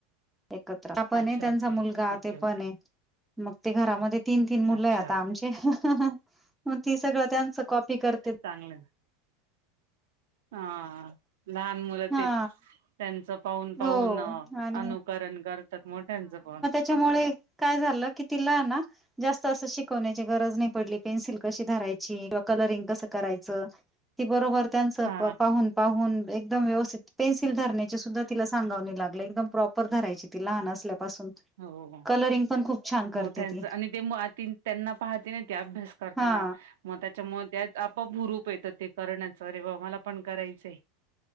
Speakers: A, in the centre; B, on the right.
A: एकत्र हा पण
B: अच्छा
A: आहे त्यांचा
B: ओके
A: मुलगा
B: ओके
A: ते पण
B: ओके
A: आहे मग ते घरामध्ये तीन तीन मुलं
B: अच्छा
A: आहे आता आमचे ह ह ह मग ती सगळं आता आमचं कॉपी करतेत
B: चांगलंय हा लहान मुलं
A: हा
B: तेच त्यांचं पाहून पाहून
A: हो
B: अनुकरण
A: आणि
B: करतात मोठ्यांचं पण
A: त्यामुळे काय तिला की तिला ना जास्त असं शिकवण्याची गरज नाही पडली पेन्सिल कशी धरायची किंवा कलरिंग कसं करायचं ती बरोबर त्यांच
B: हा
A: पाहून पाहून व्यवस्थित पेन्सिल धरण्याचे सुद्धा तिला सांगाव नाही लागलं एकदम प्रॉपर धरायची ती लहान असल्यापासून
B: हो बोला?
A: कलरिंग पण खूप छान करते
B: मोठ्यांच
A: ती
B: आणि ते म आ ती त्यांना पाहते ना ती आभ्यास करतांना.
A: हा
B: मग त्याच्यामूळ त्यात आप-आप हुरूप येतं ते करण्याचं अरे बां म पण करायचंय.